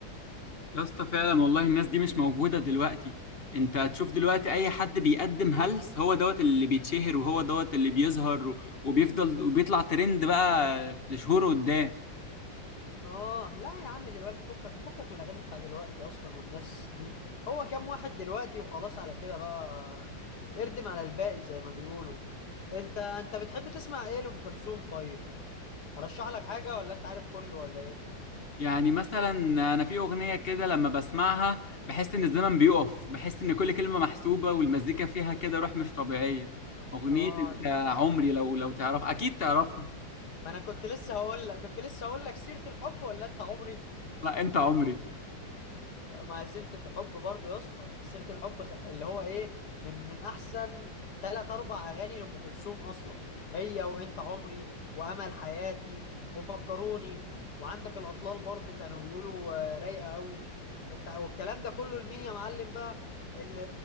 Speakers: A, on the left (about 35°); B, on the left (about 55°).
A: يا اسطى فعلا والله الناس دي مش موجودة دلوقتي انت هتشوف دلوقتي اي حد بيقدم هلس هو دوت اللي بيتشهر وهو دوت اللي بيظهر و- وبيفضل وبيطلع ترند بقى لشهور قدام
B: اه لا يا عم دلوقتي فكك فكك من الاغاني بتاع دلوقتي اصلا والناس دي هو كام واحد دلوقتي وخلاص على كده بقى اردم على الباقي زي ما بيقولوا انت انت بتحب تسمع ايه لام كلثوم طيب ارشح لك حاجه ولا انت عارف كله ولا ايه
A: يعني مثلا انا في اغنية كده لما بسمعها بحس ان الزمن بيقف بحس ان كل كلمة محسوبة والمزيكا فيها كده روح مش طبيعية اغنية
B: اه
A: انت عمري لو لو تعرف اكيد تعرفها
B: ما انا كنت لسه هقول لك كنت لسه هقول لك سيره الحب ولا انت عمري
A: لا انت عمري
B: ما هي سيره الحب برضو يا اسطى سيره الحب خ- اللي هو ايه من من احسن ثلاث اربع اغاني لام كلثوم اصلا هي وانت عمري وامل حياتي وفكروني وعندك الاطلال برضو كانوا بيقولوا آه، رايقه قوي انت والكلام ده كله لمين يا معلم بقى اللي